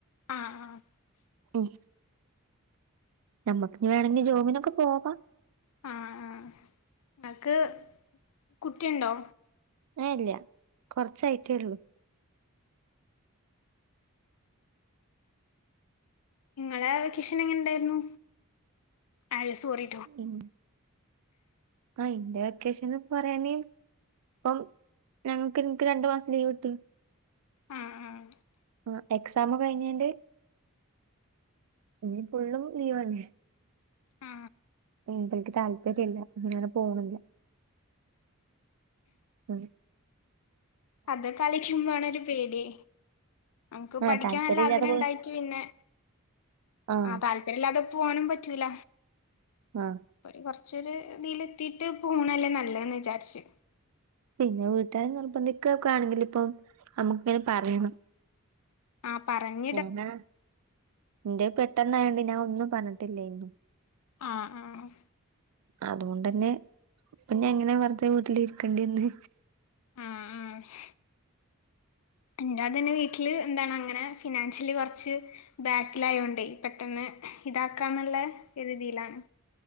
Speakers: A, on the left (about 75°); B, on the right (about 80°).
A: ആഹ് ആഹ്
B: ഉം ഞമ്മക്ക് വേണെങ്കിൽ ജോബിനൊക്കെ പോവാ.
A: ആഹ് ആഹ് ഇങ്ങക്ക് കുട്ടിയുണ്ടോ?
B: ഏഹ് ഇല്ല കുറച്ചായിട്ടേ ഒള്ളൂ.
A: ഇങ്ങളെ വെക്കേഷൻ എങ്ങനെയുണ്ടായിരുന്നു അയ് സോറി.
B: ഉം ആ ഇന്റെ വെക്കേഷൻ ഇപ്പ പറയാന് അപ്പം ഞങ്ങക്ക് എനിക്ക് രണ്ടു മാസം ലീവ് കിട്ടി.
A: ആഹ് ആഹ്
B: ആഹ് എക്സാം കഴിഞ്ഞിന്റെ. ഇനീ ഫുള്ളും ലീവന്നെ
A: ആ
B: അപ്പം എനിക്ക് താല്പര്യല്ല അങ്ങനെ പോണില്ല. മ്
A: അത് ഒക്കെ ആലോചിച്ചുമ്പളാണൊരു പേടി. നമക്ക്
B: ആഹ്
A: പഠിക്കാൻ
B: താല്പര്യം
A: നല്ല
B: ഇല്ലാതെ
A: ആഗ്രഹം
B: പോയി
A: ഉണ്ടായിട്ട് പിന്നെ.
B: ആഹ്
A: ആ താല്പര്യം ഇല്ലാതെ പോവാനും പറ്റുല.
B: ആഹ്
A: കൊറചൊരു ഇതിൽ എത്തിട്ട് പോണതല്ലേ നല്ലത്ന്ന് വിചാരിച്ചു.
B: പിന്നെ വീട്ടുകാര് നിർബന്ധിക്ക ഒക്കെ ആണെങ്കിൽ ഇപ്പം നമ്മുക്ക് ഇങ്ങനെ പറയണം.
A: ആഹ് പറഞ്
B: ഞാനാ ഇന്റെ പെട്ടെന്നായോണ്ട് ഞാൻ ഒന്നും പറഞ്ഞിട്ടിലേനി.
A: ആഹ് ആഹ്
B: അതുകൊണ്ടന്നെ പിന്നെ ഇങ്ങനെ വെറുതെ വീട്ടിൽ ഇരിക്കണ്ടി വന്ന്
A: ആഹ് ആഹ് എന്റാതന്നെ വീട്ടില് എന്താണ് അങ്ങനെ ഫിനാൻഷ്യലി കൊർച്ച് ബാക്കിലായൊണ്ടേ പെട്ടെന്ന് ഇതാക്കാന്നുള്ള ഒരീതീയിലാണ്.